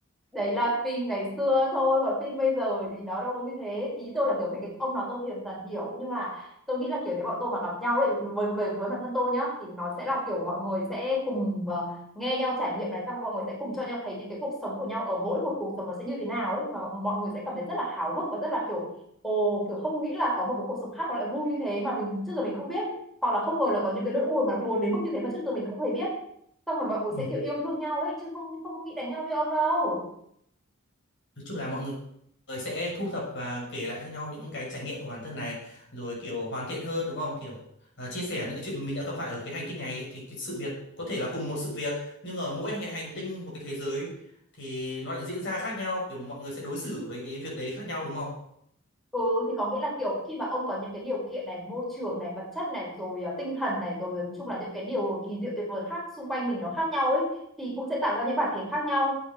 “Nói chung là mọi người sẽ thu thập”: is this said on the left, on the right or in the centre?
Left